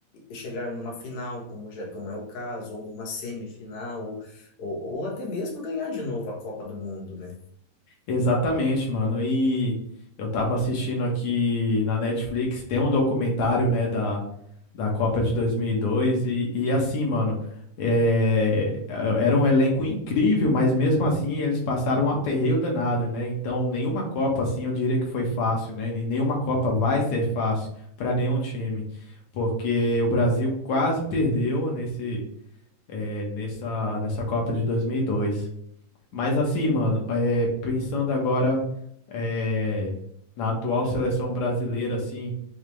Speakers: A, on the left (about 85°); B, on the left (about 60°).
A: chegar numa final, como já, como é o caso, ou numa semifinal, ou, ou até mesmo ganhar de novo a Copa do Mundo, né?
B: Exatamente, mano. E eu tava assistindo aqui na Netflix, tem um documentário, né, da, da Copa de 2002 e, dois, e e assim, mano, é, era um elenco incrível, mas mesmo assim eles passaram um aperreio danado, né? Então, nenhuma Copa, assim, eu diria que foi fácil, né? E nenhuma Copa vai ser fácil para nenhum time, porque o Brasil quase perdeu nesse, é, nessa, nessa Copa de 2002. Mas assim, mano, é, pensando agora é, na atual seleção brasileira, assim.